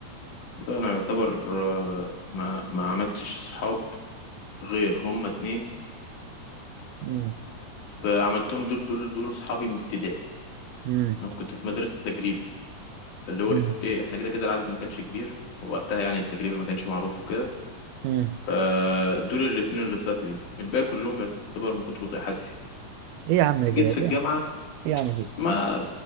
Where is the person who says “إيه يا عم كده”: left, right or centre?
Right